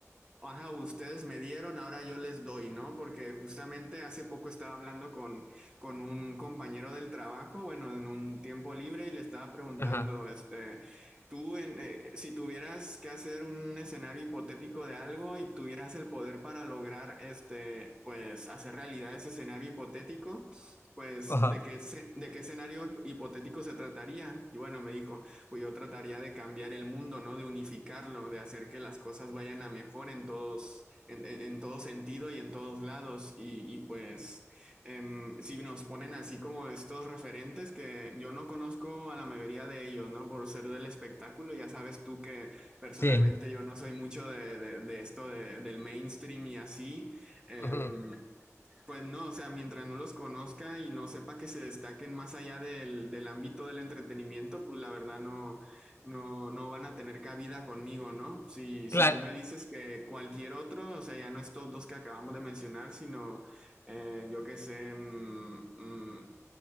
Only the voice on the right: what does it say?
Ajá, ustedes me dieron, ahora yo les doy, ¿no? Porque justamente hace poco estaba hablando con, con un compañero del trabajo, bueno, en un tiempo libre y le estaba preguntando,
este, tú, en, eh, si tuvieras que hacer un escenario hipotético de algo y tuvieras el poder para lograr, este, pues, hacer realidad ese escenario hipotético, pues,
¿de qué, esce- de qué escenario hipotético se trataría? Y bueno, me dijo pues yo trataría de cambiar el mundo, ¿no? De unificarlo, de hacer que las cosas vayan a mejor en todos, en, en- en todo sentido y en todos lados. Y, y, pues em, si nos ponen así como estos referentes que yo no conozco a la mayoría de ellos, ¿no? Por ser del espectáculo, ya sabes tú que personalmente
yo no soy mucho de, de- de esto de- del mainstream y así. Em,
pues no, o sea, mientras no los conozca y no sepa que se destaquen más allá del, del ámbito del entretenimiento, pues la verdad no, no, no van a tener cabida conmigo, ¿no? Si, si
tú me dices que cualquier otro, o sea, ya no estos dos que acabamos de mencionar, sino eh, yo qué sé, mm, mm,